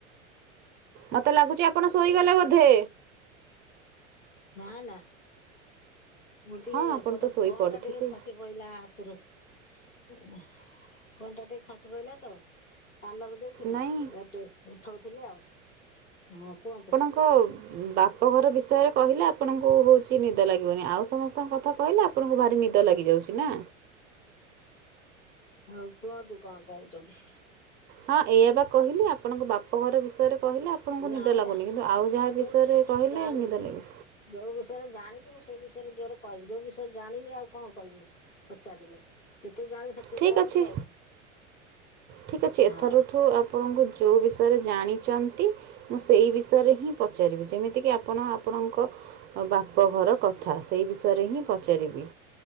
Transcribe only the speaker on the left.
ନାଁ ନାଁ ମୁଁ ଟିକେ
ଏପଟେ
ଫୋନ୍ ଟା ଟିକେ ଖସି ପଇଲା ହାତରୁ ଫୋନଟା ଟିକେ ଖସି ପଡ଼ିଲାତ କାନରେ ଦେଇଥିଲି
ଇଆଡ଼େ ଟିକେ ଉଠଉଥିଲି ଆଉ ହଁ କୁହନ୍ତୁ?
ଆଉ କୁହନ୍ତୁ କଣ କହୁଚନ୍ତି?
ନା
ନା
ମୁଁ
ଯୋଉ
ଜାଣିନି
ଯୋଉ ବିଷୟରେ ଜାଣିଚି ମୁଁ ସେ ବିଷୟରେ ଜୋରେ କହିବି ଯୋଉ ବିଷୟରେ ଜାଣିନି ଆଉ କଣ କହିବି। ପଚାରିଲେ ଯେତିକି ଜାଣିଚି ସେତିକି
କହୁଛି
ଆଉ କଣ
ହଁ।